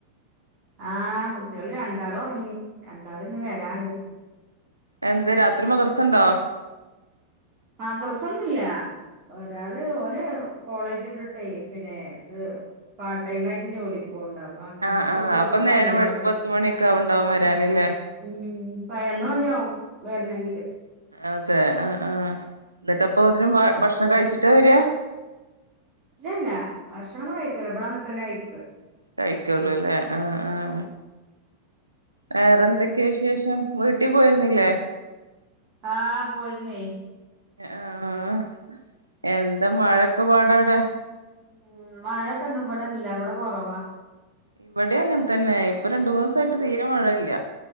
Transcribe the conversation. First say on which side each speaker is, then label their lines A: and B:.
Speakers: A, on the right; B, on the right.
A: ആഹ് കുട്ടേള് രണ്ടാളൊറങ്ങി രണ്ടാള് ഇഞ് വരാണ്ട്.
B: എന്തേ രാത്രി മദറസണ്ടോ?
A: മദറസൊന്നുല്ല. ഒരാള് ഓന് കോളേജ്ട്ട്ട്ടേയ് പിന്നെ ഇത്. പാർടൈമായിട്ട് ജോലിക്കോവ്ണ്ട്. അപ്പ അങ്ങനെ
B: ആഹ്
A: പോയി
B: ആഹ് അപ്പൊ നേരം
A: പയിനൊന്ന്
B: വൈകും
A: മണി.
B: പത്ത് മണിയൊക്കെ ആവുണ്ടാവും വരാനില്ലേ
A: ഉം പയനൊന്ന്മണ്യാവും വെരണെങ്കില്.
B: അതെ ആഹ് ആഹ് ഇന്നിട്ടപ്പൊ ഇതിനും ഭക്ഷണം കഴിച്ചിട്ട വര
A: ഇല്ലല്ല ഭക്ഷണൊന്നും കഴിക്കൂല ഇവടന്ന്ട്ടന്നയിക്ക.
B: കഴിക്കൊള്ളൂലേ ആഹ് ആഹ് വേറെന്തൊക്കെ വിശേഷം? വീട്ടി പോയിരുന്നില്ലേ?
A: ആഹ് പോയിരുന്നേ.
B: ആഹ് എന്താ മഴക്കെ പാടവിടെ
A: ഉം മഴയൊക്കെ ഒന്നും ഇവിടെല്ല ഇവിടെ കുറവാ.
B: ഇവിടെ അങ്ങനെ തന്നെ ഇപ്പൊ രണ്ടു മൂന്നുസായിട്ട് തീരെ മഴയില്ല.